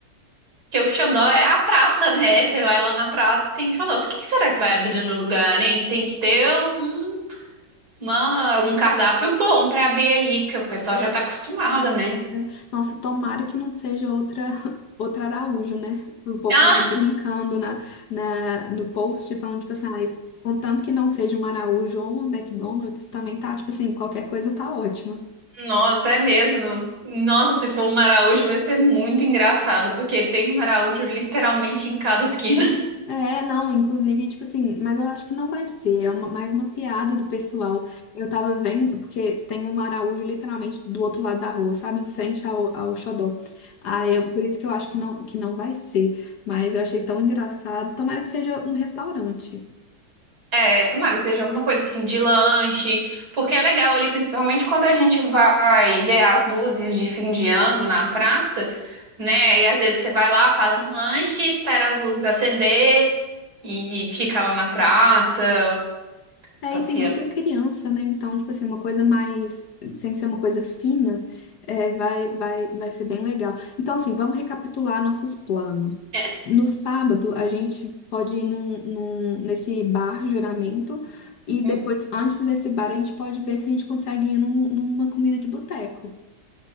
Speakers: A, on the right (about 55°); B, on the left (about 65°).
A: Porque o xodó é a praça, né? Você vai lá na praça e tem xodó. O que que será que vai abrir no lugar, hein? Tem que ter um, uma- um cardápio bom pra abrir ali, porque o pessoal já tá acostumado, né?
B: né? Nossa, tomara que não seja outra <laughs> outra Araújo, né? O povo
A: Ah,
B: tava brincando na, na no post falando tipo assim, ai, contanto que não seja uma Araújo ou uma McDonald's, também tá tipo assim, qualquer coisa tá ótima.
A: nossa, é mesmo. Nossa, se for um maraújo vai ser muito engraçado, porque tem um maraújo literalmente em cada esquina.
B: É, não, inclusive, tipo assim, mas eu acho que não vai ser, é uma- mais uma piada do pessoal. Eu tava vendo, porque tem um Araújo literalmente do outro lado da rua, sabe? Em frente ao, ao Xodó. Aí, eu- por isso que eu acho que não, que não vai ser. Mas eu achei tão engraçado. Tomara que seja um restaurante.
A: É, tomara que seja alguma coisa assim de lanche, porque é legal ali, principalmente quando a gente vai ver as luzes de fim de ano na praça, né? E às vezes você vai lá, faz um lanche, espera as luzes acender e fica lá na praça,
B: É,
A: passeando.
B: e tem muita criança, né? Então, tipo assim, uma coisa mais, sem ser uma coisa fina, é, vai, vai, vai ser bem legal. Então, assim, vamos recapitular nossos planos.
A: É,
B: No sábado, a gente pode ir num, num- nesse bar Juramento, e depois,
A: hum,
B: antes desse bar, a gente pode ver se a gente consegue ir num- numa comida de boteco.